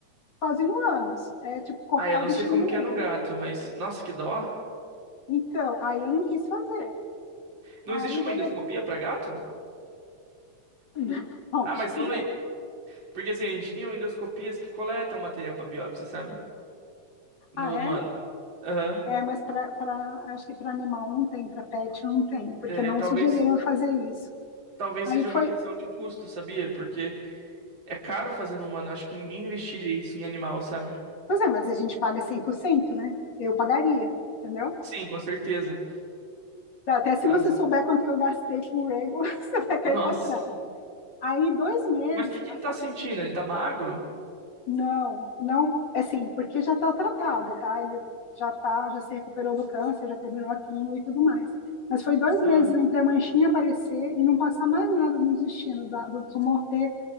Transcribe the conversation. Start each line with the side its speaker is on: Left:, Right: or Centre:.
Left: quase no ânus. É tipo cortar
Right: Ah, eu não
Left: o bichinho
Right: sei como
Left: no
Right: que
Left: meio.
Right: é no gato, mas nossa, que dó.
Left: Então, aí eu não quis fazer.
Right: Não
Left: Aí
Right: existe uma
Left: dali
Right: endoscopia
Left: a.
Right: para gato?
Left: <laughs> Não,
Right: Ah,
Left: acho
Right: mas
Left: que
Right: não.
Left: não.
Right: e- Porque assim, a gente tem endoscopias que coletam material para biópsia, sabe? No
Left: Ah, é?
Right: humano. Aham.
Left: É, mas para, acho que para animal não tem, para pet não tem, porque
Right: É,
Left: não
Right: talvez,
Left: sugeriram eu fazer isso.
Right: talvez
Left: Aí
Right: seja uma
Left: foi,
Right: questão de custo, sabia? Porque é caro fazer no humano. Acho que ninguém investiria isso em animal, sabe?
Left: pois é, mas a gente paga 100%, né? Eu pagaria, entendeu?
Right: Sim, com certeza.
Left: Até se
Right: As-
Left: você souber quanto que eu gastei com o Rego, <laughs> você vai cair
Right: Nossa.
Left: para trás. Aí dois meses
Right: Mas o que que
Left: passaram.
Right: ele tá sentindo? Ele tá magro?
Left: Não, não, assim, porque já está tratado, tá? Ele já tá, já se recuperou do câncer, já terminou a quimio e tudo mais. Mas foi dois meses
Right: Aham.
Left: entre a manchinha aparecer e não passar mais nada nos destinos da- do tumor ter